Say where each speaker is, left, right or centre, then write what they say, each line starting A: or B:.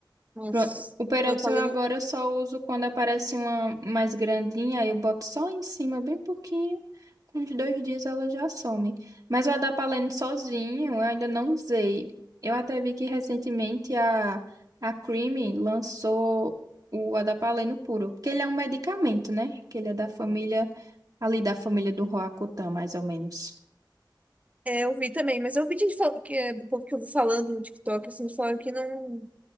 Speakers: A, on the right (about 20°); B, on the right (about 50°).
A: Mas
B: pronto O peróxido
A: a da Paleno.
B: eu agora só uso quando aparece uma mais grandinha, aí eu boto só em cima, bem pouquinho. Com uns dois dias ela já some. Mas o adapaleno sozinho eu ainda não usei. Eu até vi que recentemente a, a Creamy lançou o adapaleno puro, porque ele é um medicamento, né? Que ele é da família, ali da família do Roacutan, mais ou menos.
A: É, eu vi também, mas eu vi gente fal- que, é, do povo que eu vi falando no TikTok, assim, falaram que não,